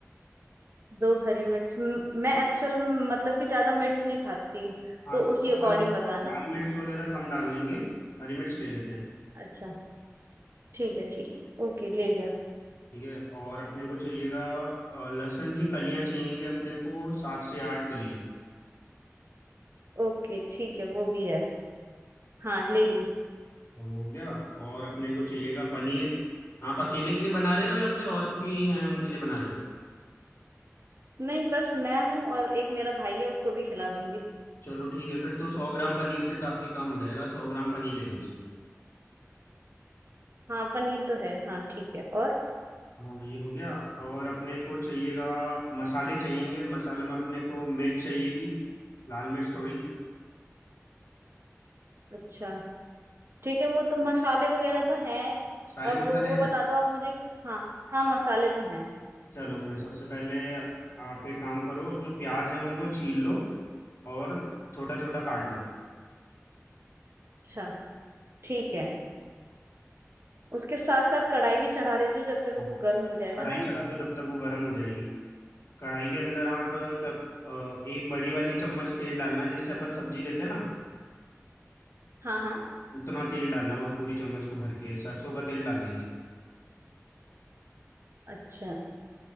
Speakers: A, on the right; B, on the left.
A: दो हरी मिर्च म- मैं एक्चुअल मतलब कि ज्यादा मिर्च नहीं खाती
B: हाँ
A: तो
B: तो
A: उसी
B: अपन
A: अकॉर्डिंग बताना
B: लाल मिर्च वगैरह कम डाल देंगे हरी मिर्च ले लेते हैं
A: अच्छा ठीक है ठीक है ओके ले लिया
B: ठीक है और अपने को चाहिएगा अ, लहसुन की कलियाँ चाहिएंगी अपने को सात से आठ कलियाँ
A: ओके ठीक है वो भी है हाँ ले ली
B: वो हो गया और अपने को चाहिएगा पनीर आप अकेले के लिए बना रहे हो या फिर और भी हैं उनके लिए बना रहे हो
A: नहीं बस मैं हूँ और एक मेरा भाई है उसको भी खिला दूंगी
B: चलो ठीक है फिर तो सौ ग्राम पनीर से काफी काम हो जाएगा सौ ग्राम पनीर ले लीजिए
A: हाँ पनीर तो है हाँ ठीक है और
B: हाँ ये हो गया और अपने को चाहिएगा मसाले चाहिएंगे मसालों में अपने को मिर्च चाहिएगी लाल मिर्च थोड़ी
A: अच्छा ठीक है वो तो मसाले वगैरह तो हैं
B: सारे
A: अब
B: मसाले
A: वो बता
B: हैं
A: दो आप मुझे हाँ हाँ मसाले तो हैं
B: चलो फिर सबसे पहले आप एक काम करो जो प्याज है उनको छील लो और छोटा छोटा काट लो
A: अच्छा ठीक है उसके साथ साथ कढ़ाई भी चढ़ा देती हूँ जब तक
B: हाँ।
A: वो गर्म हो जाएगा
B: कढ़ाई
A: है ना
B: चढ़ा दो तब तक वो गर्म हो जाएगी कढ़ाई के अंदर आप तब अ, एक बड़ी वाली चम्मच तेल डालना है जिससे अपन सब्जी लेते हैं ना
A: हाँ हाँ
B: उतना तेल डालना है उस पूरी चम्मच को भर के सरसों का तेल डाल दीजिए
A: अच्छा